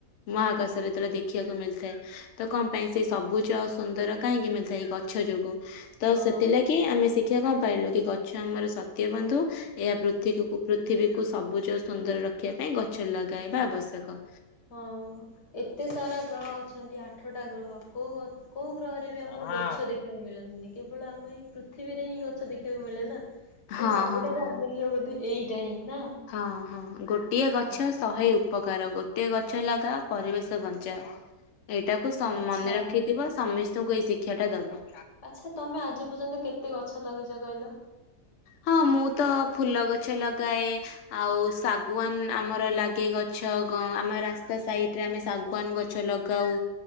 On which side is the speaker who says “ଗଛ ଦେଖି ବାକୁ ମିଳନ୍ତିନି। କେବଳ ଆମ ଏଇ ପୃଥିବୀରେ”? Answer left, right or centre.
Left